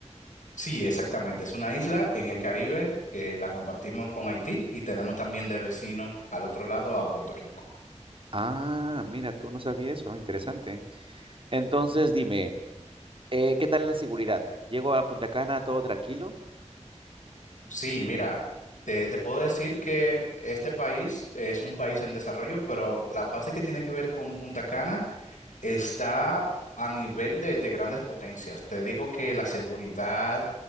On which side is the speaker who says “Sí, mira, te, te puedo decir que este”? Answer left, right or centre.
Left